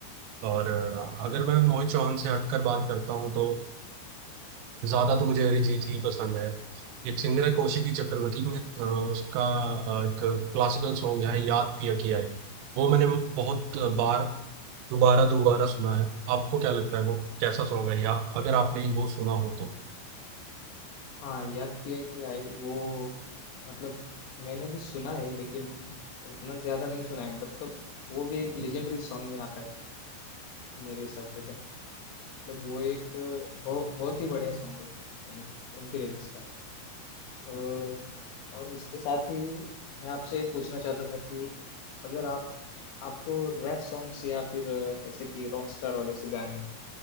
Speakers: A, on the right; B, on the left.
A: और अ, अगर मैं मोहित चौहान से हटकर बात करता हूँ तो ज़्यादा तो मुझे अरिजीत ही पसंद है एक सिंगर है कौशिकी चक्रवर्ती में अ, उसका अ, एक क्लासिकल सॉन्ग है याद पिया किया है वो मैंने बहुत बार दोबारा दोबारा सुना है आपको क्या लगता है वो कैसा सॉन्ग है या अगर आपने वो सुना हो तो
B: हाँ याद भी है कि आई वो मतलब मैंने भी सुना है लेकिन उतना ज़्यादा नहीं सुना है मतलब वो भी एक लेजेंडरी सॉन्ग में आता है मेरे हिसाब से तो मतलब वो एक अ, बहु, बहुत ही बढ़िया सॉन्ग है उन, उनके लिरिक्स का अ, और उसके साथ ही मैं आपसे पूछना चाहता था कि अगर आप आपको रैप सॉन्ग्स या फिर अ, ऐसे कि रॉकस्टार वाले से गाने